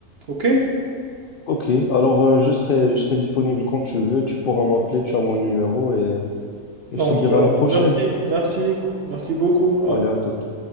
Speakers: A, on the right (about 55°); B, on the left (about 70°).
A: OK?
B: Ok, alors euh, je serai, je serai disponible quand tu veux, tu pourras m'appeler, tu as mon numéro et, euh,
A: Donc,
B: et je te dirai
A: euh,
B: à la prochaine.
A: merci, merci, merci beaucoup.
B: Allez, à toute.